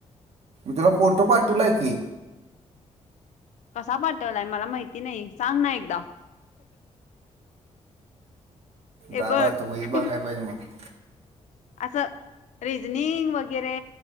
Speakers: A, on the right; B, on the left.
A: तुला फोटो पाठवला की.
B: क पाठवलाय मला माहिती नाही सांग ना एकदा. हे
A: दाबा
B: बघ
A: आता वईर बाघाय पाहिजे मला.
B: असं. रिजनिंग वगैरे